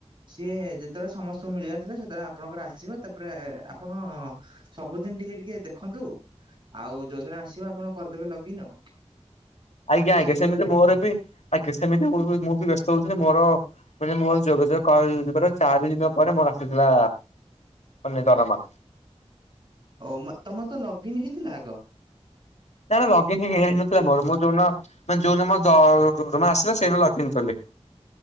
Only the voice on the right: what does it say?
ସିଏ ଯେତେବେଳେ ସମସ୍ତଙ୍କୁ ମିଳିବାର ଥିଲା ସେତେବେଳେ ଆପଣଙ୍କର ଆସିବ ତାପରେ ଆପଣ ସବୁଦିନ ଟିକେ ଟିକେ ଦେଖନ୍ତୁ ଆଉ ଯୋଜନା ଆସିବ ଆପଣ କରିଦେବେ ଲଗିନ୍ ଆଉ।
ସେଇ
କଥା ନାଇଁ
ଓ ତମର ତ ଲଗ୍ଇନ୍ ହେଇଥିଲା ଆଗ?